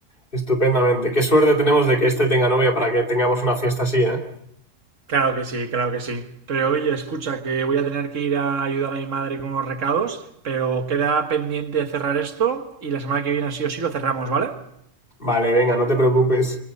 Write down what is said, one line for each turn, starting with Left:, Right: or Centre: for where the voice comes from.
Left: Estupendamente. Qué suerte tenemos de que este tenga novia para que tengamos una fiesta así, ¿eh?
Right: Claro que sí, claro que sí. Pero oye, escucha, que voy a tener que ir a ayudar a mi madre con unos recados, pero queda pendiente cerrar esto y la semana que viene sí o sí lo cerramos, ¿vale?
Left: Vale, venga, no te preocupes.